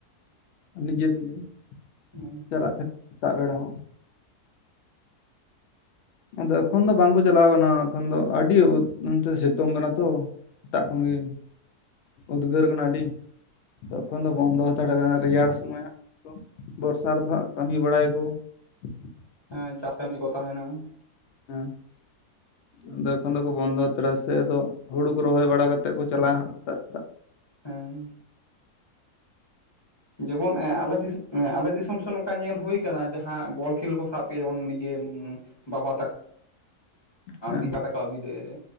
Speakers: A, on the left; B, on the left.
A: ᱱᱤᱡᱮ ᱛᱮᱜᱮ ᱾
B: ᱦᱮᱸ
A: ᱪᱟᱞᱟᱜ ᱛᱮ ᱥᱮᱛᱟᱜ ᱵᱮᱲᱟ ᱦᱚᱸ ᱟᱫᱚ ᱮᱠᱷᱚᱱ ᱫᱚ ᱵᱟᱝᱠᱚ ᱪᱟᱞᱟᱣ ᱠᱟᱱᱟ, ᱮᱠᱷᱚᱱ ᱫᱚ ᱟᱹᱰᱤ ᱛᱮ ᱥᱤᱛᱩᱝ ᱠᱟᱱᱟ ᱛᱚ ᱾ ᱥᱮᱛᱟᱜ ᱠᱷᱚᱱᱜᱮ, ᱩᱫᱽᱜᱟᱹᱨ ᱠᱟᱱᱟ ᱟᱹᱰᱤ ᱾ ᱛᱚᱠᱷᱚᱱ ᱫᱚ ᱵᱚᱱᱫᱚ ᱦᱟᱛᱟᱲ ᱠᱟᱱᱟ ᱨᱮᱭᱟᱲ ᱥᱚᱢᱚᱭ ᱦᱟᱜᱠᱚ ᱵᱚᱨᱥᱟ ᱨᱮᱫᱚ ᱦᱟᱸᱜ ᱠᱟᱹᱢᱤ ᱵᱟᱲᱟᱭᱟᱠᱚ ᱾ <inaudible>
B: ᱦᱮᱸ ᱪᱟᱥ ᱠᱟᱹᱢᱤ ᱠᱚ ᱛᱟᱦᱮᱱᱟ ᱾
A: ᱦᱮᱸ ᱟᱫᱚ ᱮᱠᱷᱚᱱ ᱫᱚᱠᱚ ᱵᱚᱱᱫᱚ ᱦᱟᱛᱟᱲᱟ ᱥᱮ ᱟᱫᱚ ᱦᱩᱲᱩ ᱠᱚ ᱨᱚᱦᱚᱭ ᱵᱟᱲᱟ ᱠᱟᱛᱮᱫ ᱠᱚ ᱪᱟᱞᱟᱜᱼᱟ ᱦᱟᱸᱜ, ᱥᱮᱛᱟᱜ ᱥᱮᱛᱟᱜ,
B: ᱦᱮᱸ ᱡᱮᱢᱚᱱ ᱟᱞᱮ ᱫᱤᱥ ᱟᱞᱮ ᱫᱤᱥᱚᱢ ᱥᱮᱱ ᱱᱚᱱᱠᱟ ᱧᱮᱞ ᱦᱩᱭ ᱟᱠᱟᱱᱟᱱᱟ, ᱡᱟᱦᱟᱸ ᱵᱚᱞ ᱠᱷᱮᱞ ᱠᱚ ᱥᱟᱵ ᱠᱮᱭᱟ ᱡᱮᱢᱚᱱ ᱱᱤᱡᱮ ᱵᱟᱵᱟ ᱛᱟᱠᱚ ᱾
A: ᱦᱮᱸ
B: ᱵᱤᱫ ᱛᱟᱠᱚᱵᱤᱫ ᱨᱮ,